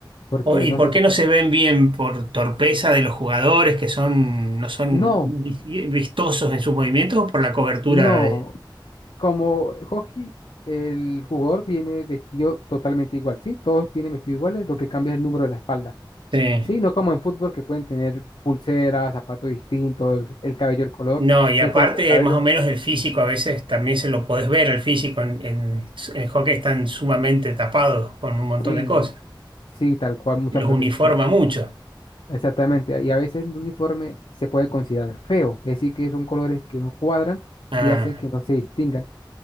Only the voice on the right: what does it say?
O- ¿Y
por
qué no se ven bien? ¿Por torpeza de los jugadores que son, no son
vi- vistosos en sus movimientos o por la cobertura
de,
Sí.
No, y
aparte,
más o menos el físico a veces también se lo podés ver, el físico en, en, en hockey están sumamente tapados con un montón
de cosas.
Los
uniforma mucho.
Ah,